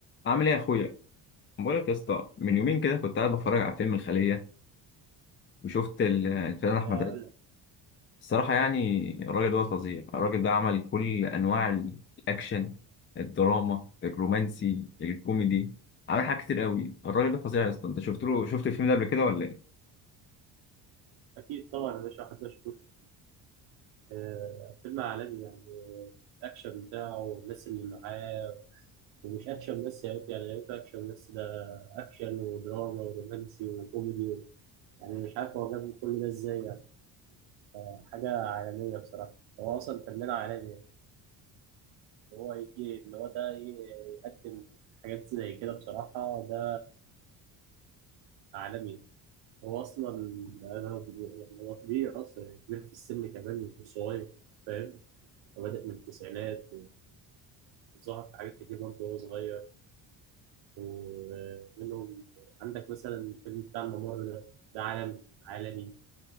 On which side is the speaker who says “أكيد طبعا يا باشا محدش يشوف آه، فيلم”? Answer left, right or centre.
Right